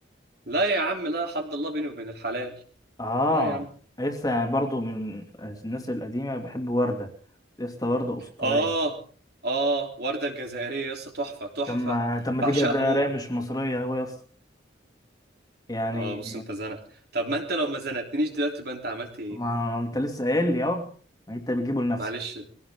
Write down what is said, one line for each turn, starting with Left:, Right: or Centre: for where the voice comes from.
Right: لا يا عم لا حد الله بيني وبين الحلال
Left: اه
Right: لا يا عم
Left: لسه يعني برضو من الناس القديمة بحب وردة لسه وردة أسطورية
Right: اه اه ورده الجزائريه يا اسطى تحفه تحفه
Left: طب ما طب ما
Right: بعشقها
Left: دي جزائرية
Right: موت
Left: مش مصرية هو يا اسطى يعني
Right: اه بص انت زنق طب ما انت لو ما زنقتنيش دلوقتي يبقى انت عملت ايه
Left: ما انت لسه قايل لي اهو يعني انت بتجيبه لنفسك
Right: معلش